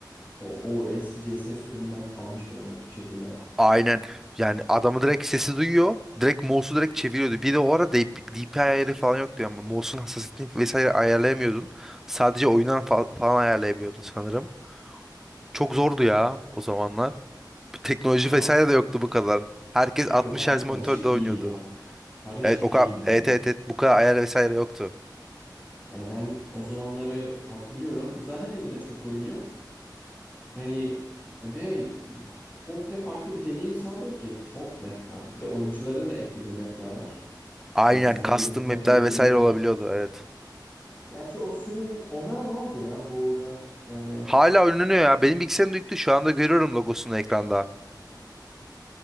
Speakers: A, on the left; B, in the centre.
A: o, o eski CS sürümünden kalmıştır o net bir şekilde.
B: Aynen. Yani adamı direkt sesi duyuyor. Direkt mouse'u direkt çeviriyordu. Bir de o ara D- DPI ayarı falan yoktu ama mouse'un hassasiyetini vesaire ayarlayamıyordun. Sadece oyundan fa- falan ayarlayabiliyordun sanırım. Çok zordu ya o zamanlar. teknoloji
A: Aa,
B: vesaire de yoktu bu kadar. Herkes
A: abi
B: 60
A: o kadar
B: Hz
A: karışık
B: monitörde oynuyordu.
A: değildi ya. Karışık
B: Evet o
A: değildi
B: kadar
A: hani.
B: evet evet, evet, bu kadar ayar vesaire yoktu.
A: Yani ben o zamanları hatırlıyorum. Zaten elimde çok oyun yok. Hani ve komple farklı bir deneyim sağlıyor ki çok map var. Bir de oyuncuların da eklediği map'ler var.
B: Aynen
A: Yani sen de
B: custom
A: gidip map
B: map'ler
A: ekleyebiliyordun.
B: vesaire olabiliyordu evet.
A: Gerçi o sürüm onlara ne oldu ya bu oyuna? Yani
B: Hala oynanıyor ya. Benim bilgisayarım yüklü şu anda görüyorum logosunu ekranda.